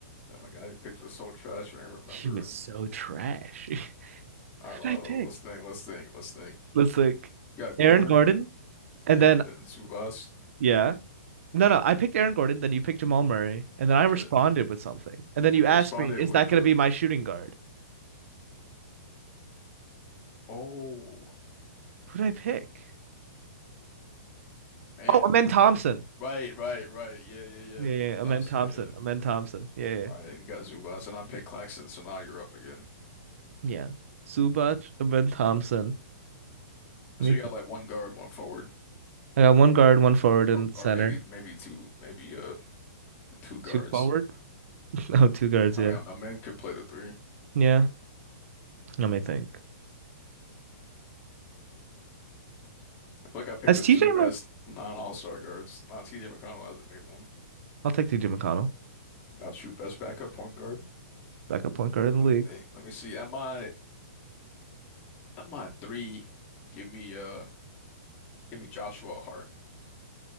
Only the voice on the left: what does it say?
Damn, the guy you picked was so trash, I don't even remember
him.
All right, well,
let's think, let's think, let's think.
You got Gordon
and
Zubox.
Yeah,
you
responded
with
the,
oh,
man.
Right, right, right. Yeah, yeah,
yeah.
Man
Thompson,
yeah.
All right, and got Zubas, and I picked Claxton, so now you're up again.
So
you got like one guard, one forward,
or
or maybe maybe two, maybe uh two guards.
I
mean, a a man could play the three. I
feel like I picked
the two
best
non-all-star guards. Now TJ McConnell hasn't made one.
Got shoot best backup point guard.
Let
me think. Let me see. At my at my three, give me uh give me Joshua Hart.